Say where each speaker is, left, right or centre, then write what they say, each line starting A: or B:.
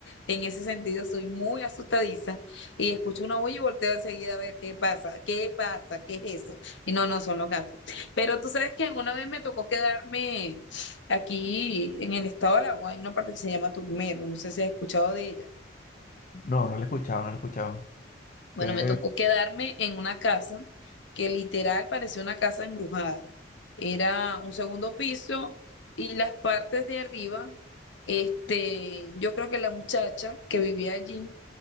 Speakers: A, on the left; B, on the left.
A: En ese sentido, soy muy asustadiza y escucho una bulla y volteo enseguida a ver qué pasa, qué pasa, qué es eso. Y no, no son los gatos. Pero tú sabes que una vez me tocó quedarme aquí en el estado de Aragua, hay una parte que se llama Turmero, no sé si has escuchado de ella.
B: No, no lo he escuchado, no lo he escuchado.
A: Bueno,
B: Qué-
A: me tocó quedarme en una casa que literal parecía una casa embrujada. Era un segundo piso y las partes de arriba, este, yo creo que la muchacha que vivía allí,